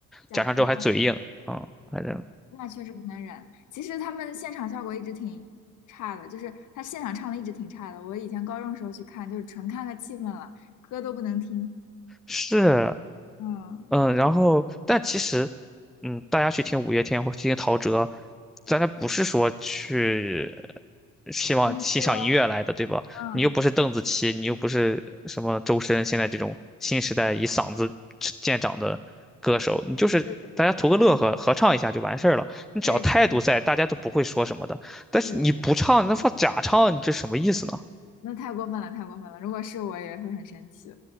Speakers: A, on the left; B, in the centre.
A: 假唱，
B: 假唱之后还嘴硬，
A: 哦，
B: 嗯，反正
A: 那确实不能忍。其实他们现场效果一直挺差的，就是他现场唱的一直挺差的。我以前高中时候去看，就是纯看个气氛了，歌都不能听。
B: 是
A: 嗯。
B: 嗯，然后但其实，
A: 对。
B: 嗯，大家去听五月天或去听陶喆，大家不是说去希望欣赏音乐来的，
A: 听歌，
B: 对吧？
A: 嗯，
B: 你又不是邓紫棋，你又不是什么周深，现在这种新时代以嗓子见长的歌手，你就是大家图个乐呵，
A: 对对对，看
B: 合唱一下就完事儿了。你只要态度在，
A: 对看得起
B: 大家都不会说什么的。但是你不唱，
A: 对对对，
B: 那放假唱，你这什么意思呢？
A: 那太过分了，太过分了。如果是我也会很生气，